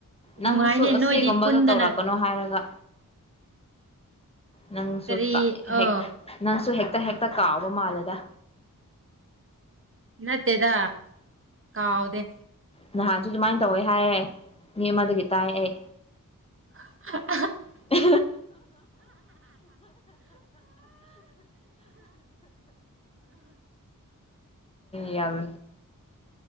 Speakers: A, on the left (about 20°); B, on the right (about 40°).
A: ꯅꯪꯁꯨ
B: ꯅꯨꯡꯉꯥꯏꯅꯦ
A: ꯑꯁꯤꯒꯨꯝꯕꯗꯣ
B: ꯅꯣꯏꯗꯤ ꯄꯨꯟꯗꯅ
A: ꯇꯧꯔꯛꯀꯅꯣ ꯍꯥꯏꯔꯒ ꯅꯪꯁꯨ
B: ꯀꯔꯤ
A: ꯀ ꯍꯦꯛ
B: ꯑ
A: ꯅꯪꯁꯨ ꯍꯦꯛ ꯍꯦꯛꯇ ꯍꯦꯛꯇ ꯀꯥꯎꯕ ꯃꯥꯜꯂꯦꯗ
B: ꯅꯠꯇꯦꯗꯥ ꯀꯥꯎꯗꯦ
A: ꯅꯍꯥꯟꯁꯨ ꯑꯗꯨꯃꯥꯏꯅ ꯇꯧꯋꯦ ꯍꯥꯏꯌꯦ ꯃꯤ ꯑꯃꯗꯒꯤ ꯇꯥꯏ ꯑꯩ
B: <unintelligible>
A: <unintelligible> <unintelligible> ꯍꯦ ꯌꯥꯝ